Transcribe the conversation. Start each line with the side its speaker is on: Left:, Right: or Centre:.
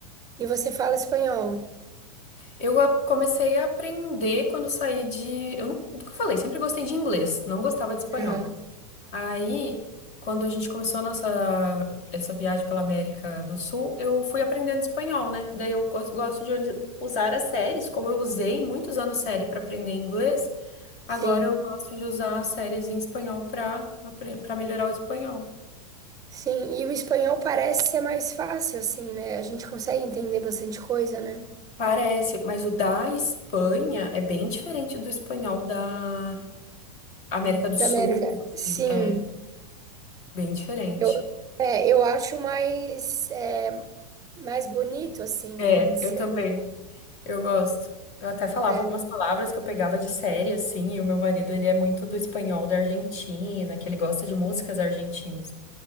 Right: e você fala espanhol.
Left: Eu a- comecei a aprender quando saí de. Eu nu- nunca falei, sempre gostei de inglês, não gostava de espanhol.
Right: Aham,
Left: Aí, quando a gente começou a nossa essa viagem pela América do Sul, eu fui aprendendo espanhol, né? Daí eu gos- gosto de ol- usar as séries, como eu usei muitos anos série para aprender inglês,
Right: Sim,
Left: agora eu gosto de usar as séries em espanhol para para melhorar o espanhol.
Right: sim. E o espanhol parece ser mais fácil, assim, né? A gente consegue entender bastante coisa, né?
Left: Parece, mas o da Espanha é bem diferente do espanhol da América do Sul,
Right: Da América.
Left: assim,
Right: Sim,
Left: é bem diferente.
Right: eu, é, eu acho mais, é, mais bonito, assim,
Left: É,
Right: vamos dizer.
Left: eu também. Eu gosto. Eu até falava
Right: É.
Left: algumas palavras que eu pegava de série, assim, e o meu marido, ele é muito do espanhol da Argentina, que ele gosta de músicas argentinas.